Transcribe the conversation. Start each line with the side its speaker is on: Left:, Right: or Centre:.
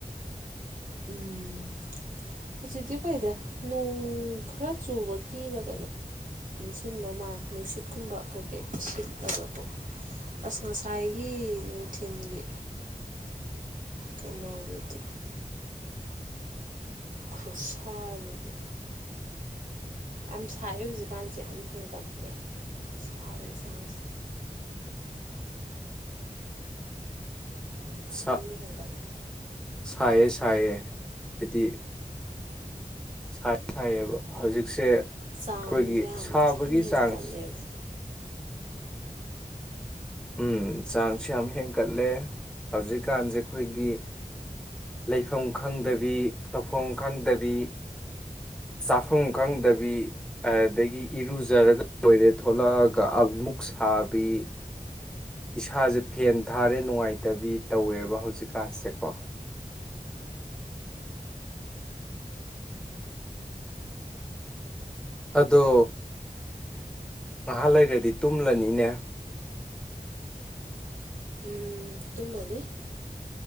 Right: ꯎꯝ ꯍꯧꯖꯤꯛꯇꯤ ꯐꯩꯗ ꯅꯣꯡ ꯈꯔ ꯆꯨꯕꯒꯤꯔ ꯀꯩꯅꯣ <unintelligible> ꯁꯤꯟꯕ ꯃꯥꯂꯦ ꯅꯨꯡꯁꯤꯠꯀꯨꯝꯕ ꯀꯩꯀꯩ ꯁꯤꯠꯂꯒꯀꯣ ꯑꯁ ꯉꯁꯥꯏꯒꯤ ꯅꯨꯡꯊꯤꯜꯒꯤ ꯀꯩꯅꯣꯗꯨꯗꯤ ꯈꯨꯠꯁꯥꯗꯨꯗꯤ ꯌꯥꯝ ꯁꯥꯏꯑꯦ ꯍꯧꯖꯤꯛꯀꯥꯟꯁꯦ ꯌꯥꯝ ꯍꯦꯟꯀꯠꯂꯦ ꯁꯥꯕꯩ ꯆꯥꯡꯁꯦ ꯌꯥꯝ
Centre: ꯁꯥ
Right: ꯊꯤꯅ ꯍꯦꯟꯒꯠꯂꯦ
Centre: ꯁꯥꯏꯌꯦ ꯁꯥꯏꯌꯦ ꯍꯥꯏꯗꯤ ꯁꯥꯏꯌꯦ ꯁꯥꯏꯌꯦꯕ ꯍꯧꯖꯤꯛꯁꯦ
Right: ꯆꯥꯡꯖꯦ
Centre: ꯑꯩꯈꯣꯏꯒꯤ
Right: ꯌꯥꯝ
Centre: ꯁꯥꯕꯒꯤ
Right: ꯊꯤꯅ ꯍꯦꯟꯀꯠꯂꯦꯕ
Centre: ꯆꯥꯡꯁ ꯎꯝ ꯆꯥꯡꯁ ꯌꯥꯝ ꯍꯦꯟꯀꯠꯂꯦ ꯍꯧꯖꯤꯛꯀꯥꯟꯁꯦ ꯑꯩꯈꯣꯏꯒꯤ ꯂꯩꯐꯝ ꯈꯪꯗꯕꯤ ꯇꯧꯐꯝ ꯈꯪꯗꯕꯤ ꯆꯥꯐꯝ ꯈꯪꯗꯕꯤ ꯑꯗꯒꯤ ꯏꯔꯨꯖꯔꯒ ꯂꯣꯏꯔꯦ ꯊꯣꯛꯂꯛꯑꯒ ꯑꯃꯨꯛ ꯁꯥꯕꯤ ꯏꯁꯥꯁꯦ ꯐꯦꯟ ꯊꯥꯔꯦ ꯅꯨꯡꯉꯥꯏꯇꯕꯤ ꯇꯧꯋꯦꯕ ꯍꯧꯖꯤꯛꯀꯥꯟꯁꯦꯀꯣ ꯑꯗꯣ ꯉꯍꯥꯛ ꯂꯩꯔꯗꯤ ꯇꯨꯝꯂꯅꯤꯅꯦ
Right: ꯎꯝ ꯇꯨꯝꯃꯅꯤ